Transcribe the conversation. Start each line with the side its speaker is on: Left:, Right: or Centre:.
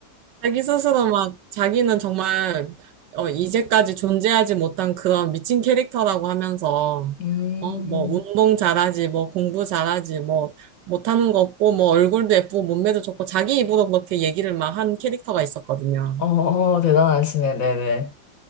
Right: 자기 스스로 막 자기는 정말 어, 이제까지 존재하지 못한 그런 미친 캐릭터라고 하면서
Left: <laughs> 음,
Right: 어, 뭐 운동 잘하지, 뭐 공부 잘하지, 뭐 못하는 거 없고 뭐 얼굴도 예쁘고 몸매도 좋고 자기 입으로 그렇게 얘기를 막 한 캐릭터가 있었거든요.
Left: 어, 어, 대단하시네. 네네.